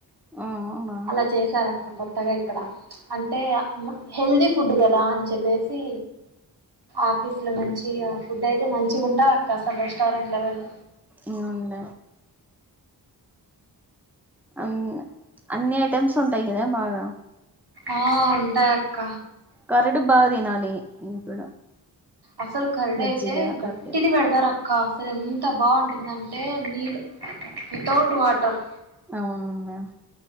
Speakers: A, in the centre; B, on the right.
A: ఆవునా
B: అలా చేశారు అక్క కొత్తగా ఇక్కడ అంటే హెల్దీ ఫుడ్ క అని చెప్పేసి ఆఫీస్ అసలు మంచి ఫుడ్ అయితే మంచిగా ఉంటంది అక్క అసలు రెస్టారెంట్ల వెళ్ళ
A: అవుంట అ అన్ని ఐటెమ్స్ ఉంటాయి కదా బాగా
B: ఆ ఉంటాయ అక్క
A: కరడు బాగా తినాలి ఇప్పుడు
B: అసలు కరడ
A: మజ్జిగ
B: అయితే గట్టిది
A: కరడు
B: పెడతారు అక్క రే ఎంత బాగుంటుందింటే నీడ్ వితౌట్ వాటర్
A: అవును